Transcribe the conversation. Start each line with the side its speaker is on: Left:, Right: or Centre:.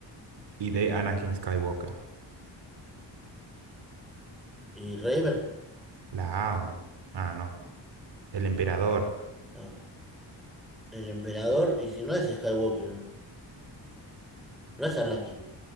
Right: Y D. Anakin Skywalker.
Centre: y Raven,
Right: ¿La A o no? Ah, no. El Emperador.
Centre: Ah, el emperador, y si no es Skywalker, no, No es Anakin,